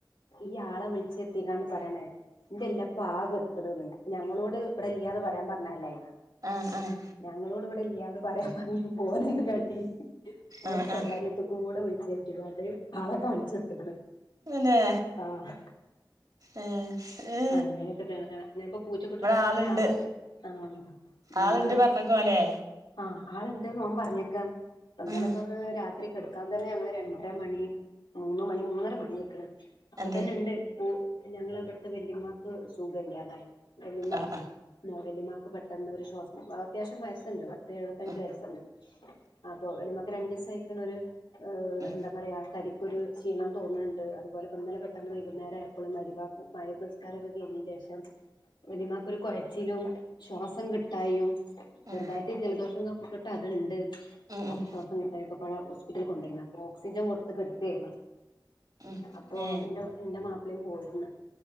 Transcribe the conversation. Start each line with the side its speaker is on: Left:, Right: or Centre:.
Left: ഈ ആളെ വിളിച്ചെര്ത്തിക്കാണ്ട് പറയാണേയ് ഇന്റെല്ലാപ്പ ആഹ് കെട്ക്ക്ണ്ന്ന് ഞങ്ങളോട് ഇബടെ ഇല്യാന്ന് പറയാൻ പറ്ഞ്ഞതല്ലയിന്ന
Right: ആഹ് ആഹ്
Left: ഞങ്ങളോട് ഇവിടെ ഇല്ല്യാന്ന് പറയാൻ പറഞ്ഞപ്പോ ഓന് എന്ത് കാട്ടി ഓനെ
Right: ആ
Left: സ്വകാര്യത്തുകൂടെ
Right: ആ
Left: വിളിച്ചെരുത്തീക്കാണ്ട് ആളെ കാണിച്ചു കൊടുത്ക്ണ്
Right: പിന്നെ
Left: ആഹ്
Right: ഏ ഏ
Left: അങ്ങനെക്കതന്നെ അങ്ങനെ പൂ പൂച്ച കുട്ടിനെ
Right: ഇവിടെ
Left: പ്പന്നല്ലെ
Right: ആളുണ്ട്
Left: രാത്രി ആ ഞങ്ങള്
Right: ആളുണ്ട് പറഞ്ഞേക്കു അല്ലേ
Left: ആ ആള്ണ്ട് ഓൻ പറഞ്ക്കാണ് ഇപ്പോ ഇന്നലെപ്പോ
Right: ഉം
Left: രാത്രി കെടക്കാൻ തന്നെ ഞങ്ങള് രണ്ടര മണി മൂന്ന് മണി മൂന്നര മണി അയിക്ണ് അപ്പൊ
Right: എന്തേ
Left: തന്നെ ഇണ്ട് പു ഞങ്ങൾ ഇബട്ത്തെ വല്ലിമ്മാക്ക് സുഖല്ലാതായി വല്ലിമ്മ
Right: ആ ആ
Left: വല്ലിമ്മാക്ക് പെട്ടെന്ന് ഒരു ശ്വാസം അത്യാവശം വയസ്സ്ണ്ട് പത്ത് എഴുപത്തഞ്ച്
Right: ഉം
Left: വയസ്സ്ണ്ട് അപ്പൊ ഒരുമക്ക്െ രണ്ട ദിവസം <unintelligible> കഴക്കണ ഒരു
Right: ഉം
Left: എന്താ പറയാ തടി ഒരു ക്ഷീണം തോന്ന്ണ് ണ്ട് അതുപോലെപ്പന്നലെ പെട്ടെന്ന് വൈകുന്നേരം ആയപ്പള് മഅരിബ മഗരിബിസ്കാരം ഒക്കെ കഴിഞ്ഞീന്റെഷം വല്ലിമ്മാക്ക് ഒരു കൊയച്ചിലും ശ്വാസം കിട്ടായും ചെറുതായിട്ട്
Right: ഉം
Left: ജലദോഷം കഫക്കെട്ട് അത്ണ്ട്
Right: ഉം
Left: അപ്പൊ
Right: ഉം
Left: ശ്വാസം കിട്ടായിയോക്കെ പടെ ഹോസ്പിറ്റൽ കൊണ്ടോയിന്നു അപ്പൊ ഓക്സിജൻ കൊടുത്ത് കെടത്തെയ്ന്നു
Right: ഉം
Left: അപ്പോ
Right: ഏ
Left: ഇന്റെ ഇന്റെ മാപ്പളിം പോയിന്ന്